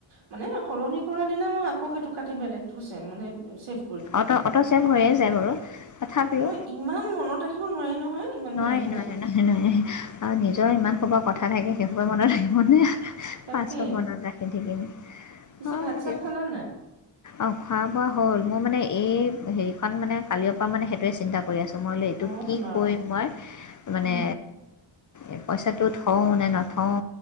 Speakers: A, on the right (about 75°); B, on the left (about 40°).
A: মানে সলনি কৰা দিনা মই আকৌ সেইটো কাটি বেলেগটো ছে মানে চেফ
B: অট অট ছেভ হৈয়ে যায় বাৰু তথাপিও
A: মই ইমান মনত ৰাখিব নোৱাৰি নহয় ইমান
B: নোৱাৰে
A: ঘনাই ঘনাই
B: নোৱাৰে নয় নোৱাৰে আৰু নিজৰ ইমান সোপা কথা থাকে সেই সোপা মনত ৰাখিব নে
A: তাকে
B: পাঁচশ মনত ৰাখে ঠিকে
A: পিছে
B: হয়
A: ভাত চাত
B: দিয়া
A: খালা নাই
B: অ খোৱা বোৱা হ'ল, মোৰ মানে এই হেৰিখন মানে কালি অ পা সেইটোৱে চিন্তা কৰি আছোঁ মই, এইবোলো এইটো
A: অ
B: কি
A: তোন আৰু
B: কৰিম মই মানে!
A: উম
B: এ, পইচাটো থওঁ নে নথওঁ,